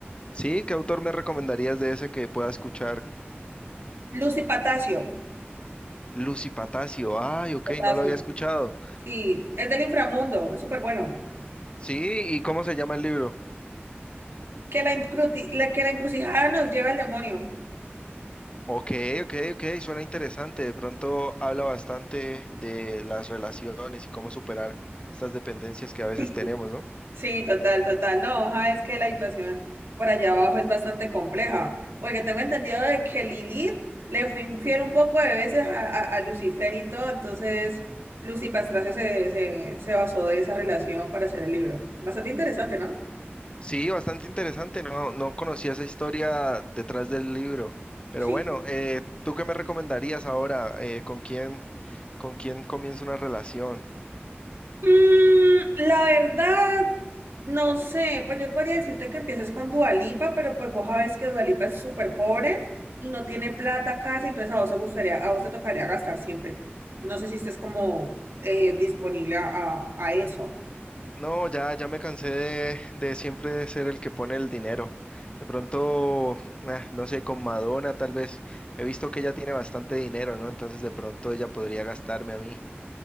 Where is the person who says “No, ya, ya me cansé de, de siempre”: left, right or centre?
Left